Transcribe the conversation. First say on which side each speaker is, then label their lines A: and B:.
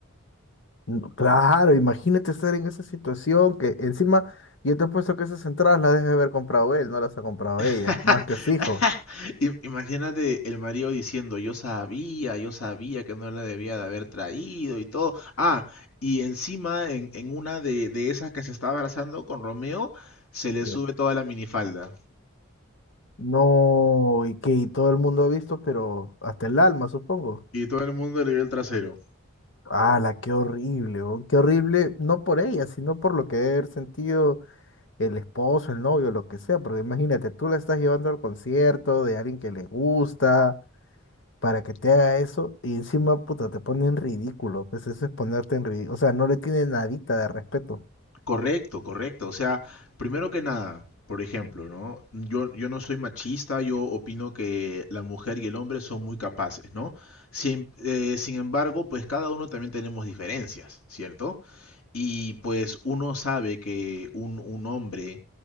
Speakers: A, on the left; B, on the left.
A: No, Claro, imagínate estar en esa situación que encima yo te he puesto que esas entradas las debe haber comprado él, no las ha comprado
B: <laughs>
A: ella, más que fijo.
B: Im- Imagínate el marido diciendo, yo sabía, yo sabía que no la debía de haber traído y todo. Ah, y encima en, en una de, de esas que se estaba abrazando con Romeo, se le sube
A: Ya.
B: toda la minifalda
A: No, y que y todo el mundo ha visto, pero hasta el alma, supongo.
B: y todo el mundo le vio el trasero.
A: ¡Hala, qué horrible! oh, Qué horrible, no por ella, sino por lo que debe haber sentido el esposo, el novio, lo que sea, porque imagínate, tú la estás llevando al concierto de alguien que le gusta. para que te haga eso y encima, puta, te pone en ridículo. Pues eso es ponerte en ridículo. O sea, no le tiene nadita de respeto.
B: Correcto, correcto. O sea, primero que nada, por ejemplo, ¿no? Yo, yo no soy machista, yo opino que la mujer y el hombre son muy capaces, ¿no? Sin, eh, sin embargo, pues cada uno también tenemos diferencias, ¿cierto? Y pues uno sabe que un, un hombre